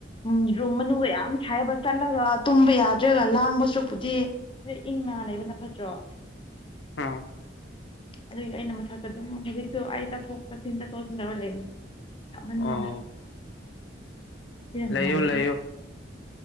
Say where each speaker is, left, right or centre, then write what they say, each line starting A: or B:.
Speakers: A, on the left; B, on the left.
A: ꯎꯝ ꯔꯨꯝ ꯃꯅꯨꯡꯗ ꯌꯥꯝ ꯁꯥꯏꯕ ꯆꯠꯂꯒ ꯇꯨꯝꯕ ꯌꯥꯗ꯭ꯔꯒ ꯂꯥꯡꯕꯁꯨ ꯄꯨꯗꯤ ꯁꯤꯗ ꯏꯪ ꯂꯩꯕꯅ ꯐꯠꯇ꯭ꯔꯣ
B: ꯑꯥ
A: ꯑꯗꯨꯒꯤ ꯑꯩꯅ ꯃꯊꯛꯇ ꯑꯗꯨꯝ ꯍꯧꯖꯤꯛꯁꯨ ꯑꯩ ꯆꯠꯊꯣꯛ ꯆꯠꯁꯤꯟ ꯇꯠꯊꯣꯛ ꯆꯁꯤꯟꯊꯔꯒ ꯂꯩꯕꯅꯤ ꯌꯥꯝꯍꯟꯗꯅ
B: ꯑꯣ
A: ꯁꯤꯅ ꯅꯨꯡꯉꯥꯏꯔꯦ
B: ꯂꯩꯌꯨ ꯂꯩꯌꯨ
A: ꯍꯥꯏ